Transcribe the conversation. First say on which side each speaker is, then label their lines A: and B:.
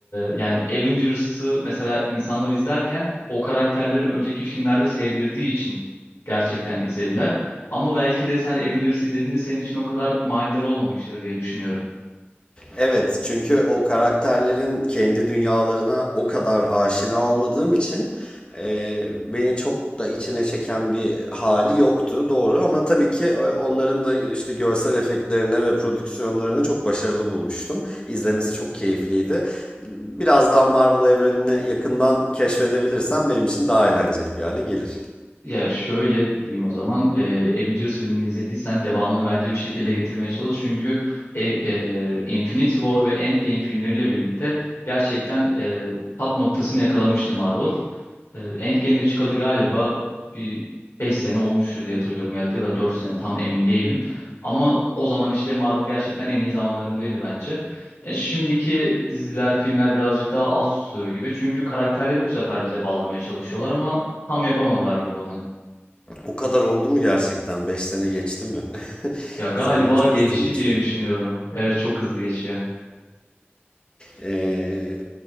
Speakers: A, on the left; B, on the left.
A: yani Avengers'ı mesela insanlar izlerken o karakterleri önceki filmlerde sevdirdiği için gerçekten izlediler. Ama belki de sen Avengers'ı izlediğinde senin için o kadar manidar olmamıştır diye düşünüyorum.
B: Evet, çünkü o karakterlerin kendi dünyalarına o kadar aşina olmadığım için e, beni çok da içine çeken bir hali yoktu, doğru. Ama tabii ki e, onların da işte görsel efektlerine ve prodüksiyonlarını çok başarılı bulmuştum. İzlemesi çok keyifliydi. Biraz daha Marvel evrenini yakından keşfedebilirsem benim için daha eğlenceli bir hale gelir.
A: Ya şöyle diyeyim o zaman e, Avengers filmini izlediysen devamını bence bir şekilde getirmeye çalış. Çünkü e, e, Infinity War ve Endgame filmleriyle birlikte gerçekten e, top noktasını yakalamıştı Marvel. E, Endgame'de çıkalı galiba bir 5 sene olmuştur diye hatırlıyorum ya, ya da dört sene tam emin değilim. Ama o zaman işte Marvel gerçekten en iyi zamanlarındaydı bence. E, şimdiki diziler, filmler birazcık daha az tutuluyor gibi. Çünkü karakterleri bu sefer bize bağlamaya çalışıyorlar ama Tam yapamadılar gibi onu.
B: O kadar oldu mu gerçekten? 5 sene geçti mi? <laughs>
A: Ya galiba
B: Zaman çok
A: geçti
B: hızlı geçiyor.
A: diye düşünüyorum.
B: <laughs>
A: Evet çok hızlı geçiyor.
B: Ee,